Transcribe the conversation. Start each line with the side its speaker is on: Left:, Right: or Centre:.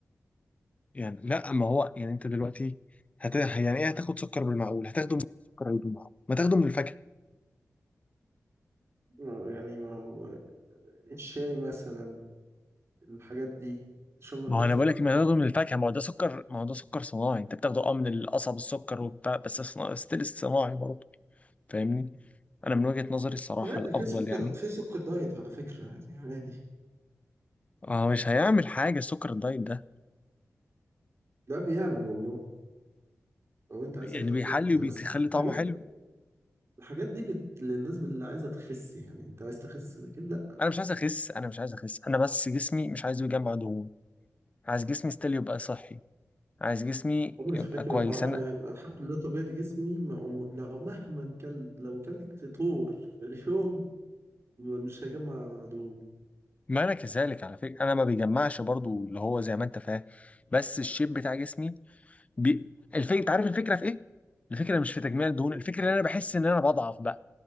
Left: يعني لا ما هو يعني انت دلوقتي هت... يعني ايه هتاخد سكر بالمعقول هتاخده منين السكر اللي بالمعقول ما تاخده من الفاكهه
Right: ما- يعني ما هو الشاي مثلا الحاجات دي تشرب من
Left: ما
Right: غير
Left: هو انا
Right: سكر
Left: بقول لك ما تاخده من الفاكهه ما هو ده سكر ما هو ده سكر صناعي انت بتاخده اه من القصب السكر وبتاع بس صنا- ستيل صناعي برضه فاهمني انا من وجهة نظري الصراحة
Right: عادي
Left: الافضل
Right: في سكر
Left: يعني
Right: في سكر دايت على فكرة يعني عادي
Left: هو مش هيعمل حاجة سكر الدايت ده
Right: ده بيعمل والله لو انت عايز
Left: يعني
Right: تقطع
Left: بيحلي
Right: سكر يعني
Left: وبيخلي
Right: بس دي
Left: طعمه
Right: الحاجات
Left: حلو
Right: الحاجات دي بت... للناس اللي عايزه تخس يعني انت عايز تخس لكن لا
Left: انا مش عايز اخس انا مش عايز اخس انا بس جسمي مش عايزه يجمع دهون عايز جسمي ستيل يبقى صحي عايز جسمي
Right: عمري
Left: يبقى
Right: في حياتي
Left: كويس
Right: ما...
Left: انا
Right: انا الحمد لله طبيعه جسمي ما عمر... لو مهما كلت لو كلت طور في اليوم ما- مش هيجمع دهون
Left: ما انا كذلك على فكرة انا ما بيجمعش برضو اللي هو زي ما انت فاهم بس الشيب بتاع جسمي بي... الفكرة انت عارف الفكرة في ايه الفكرة مش في تجميع الدهون
Right: ايه.
Left: الفكرة ان انا بحس ان انا بضعف بقى